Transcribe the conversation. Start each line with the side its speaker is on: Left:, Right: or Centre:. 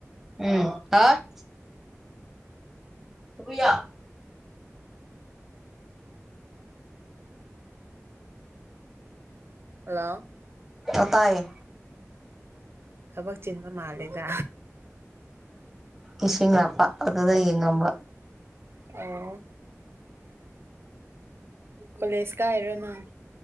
Centre: ꯎꯝ ꯍꯥ꯫ ꯍꯨꯏꯌꯥ꯫
Right: <inaudible> ꯍꯜꯂꯣ
Centre: ꯑꯣ ꯇꯥꯏꯌꯦ
Right: ꯊꯕꯛ ꯆꯤꯟꯕ ꯃꯥꯜꯂꯦꯗ꯫
Centre: ꯏꯁꯤꯡ ꯂꯥꯛꯄ ꯑꯗꯨꯗ ꯑꯩ ꯌꯦꯡꯉꯝꯕ꯫
Right: ꯑꯣ꯫ ꯀꯣꯂꯦꯖ ꯀꯔꯤꯔꯣ ꯅꯪ?